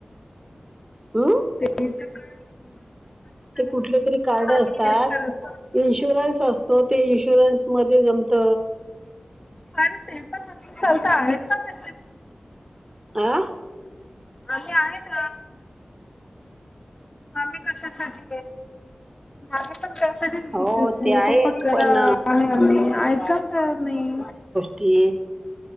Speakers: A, on the right; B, on the left.
A: ह
B: <unintelligible>
A: ते कुठले
B: गोष्टी
A: तरी कार्ड
B: पण आम्ही
A: असतात
B: हे नाही करत
A: इन्शुरन्स असतो ते इन्शुरन्स मध्ये जमत
B: अरे ते पण मस्त चालता आहेत ना त्यांची
A: आं
B: आली हं आहेत आम्ही कशासाठी <inaudible> प त्यासाठी
A: हो ते आहे
B: पप्पा करा
A: पण
B: आहे आम्ही ऐकाल तर नाही
A: ते